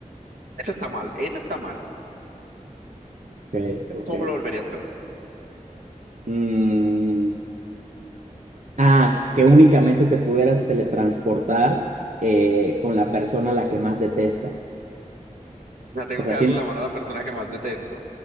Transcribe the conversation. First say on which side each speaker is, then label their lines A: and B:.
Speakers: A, on the right; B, on the right.
A: esa está mal, esa está mal.
B: Ok, ok.
A: ¿Cómo lo volverías peor?
B: Mm, ah, que únicamente te pudieras teletransportar eh, con la persona a la que más detestas.
A: O sea, tengo
B: O sea,
A: que darle
B: tien-
A: la mano a la persona que más detesto.